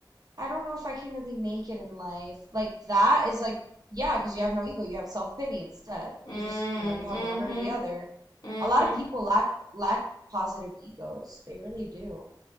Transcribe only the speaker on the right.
I don't know if I can really make it in life. Like that is like, yeah, because you have no ego, you have self-pity instead.
You just, you know, you have
one or the other.
A lot of people lack lack positive egos. They really do.